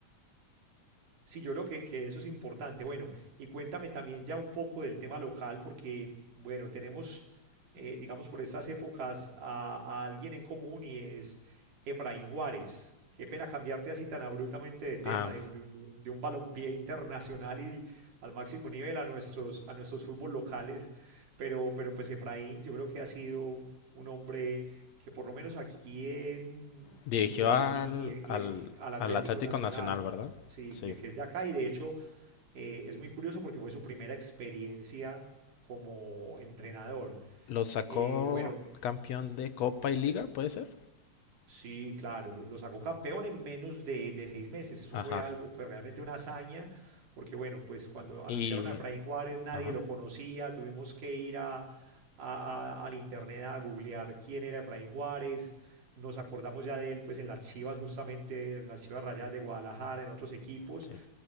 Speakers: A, on the right; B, on the left.
A: Sí, yo creo que, que eso es importante. Bueno, y cuéntame también ya un poco del tema local, porque, bueno, tenemos, eh, digamos, por estas épocas a, a alguien en común y es Efraín Juárez. Qué pena cambiarte así tan abruptamente de tema,
B: Ah,
A: de, un de un- de un balompié internacional y al máximo nivel a nuestros, a nuestros fútbol locales. Pero, pero pues Efraín, yo creo que ha sido un hombre que por lo menos aquí en,
B: dirigió
A: en Medellín
B: al,
A: y, y-
B: al,
A: y al Atlético
B: al Atlético
A: Nacional,
B: Nacional, ¿verdad?
A: sí,
B: Sí.
A: que, que es de acá y de hecho eh, es muy curioso porque fue su primera experiencia como entrenador.
B: Lo sacó
A: Eh, bueno,
B: campeón de Copa y Liga, ¿puede ser?
A: sí, claro, lo- lo sacó campeón en menos de, de seis meses. Eso
B: Ajá.
A: fue algo, pues realmente una hazaña, porque bueno, pues cuando anunciaron
B: Y...
A: a Efraín Juárez nadie
B: Ajá.
A: lo conocía, tuvimos que ir a, a- a- al internet a googlear quién era Efraín Juárez. Nos acordamos ya de él, pues en las Chivas, justamente en las Chivas Rayadas de Guadalajara, en otros equipos,
B: Sí.